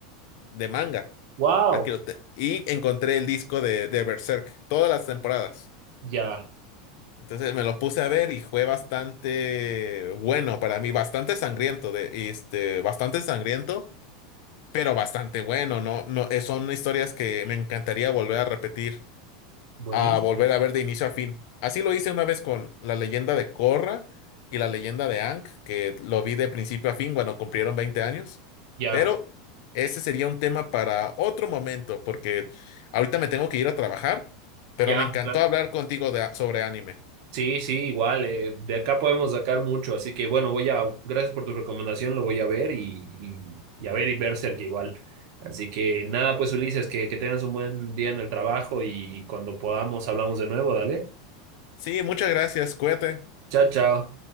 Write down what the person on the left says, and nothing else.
de manga.
Aquí lo te- Y encontré el disco de, de Berserk, todas las temporadas.
Entonces me lo puse a ver y fue bastante bueno para mí, bastante sangriento, de, y, este, bastante sangriento, pero bastante bueno, ¿no? No, eh, son historias que me encantaría volver a repetir
a volver a ver de inicio a fin. Así lo hice una vez con la leyenda de Korra y la leyenda de Aang, que lo vi de principio a fin cuando cumplieron 20 años.
Pero ese sería un tema para otro momento, porque ahorita me tengo que ir a trabajar, pero
me encantó hablar contigo de- sobre anime.
Sí, muchas gracias, cuídate.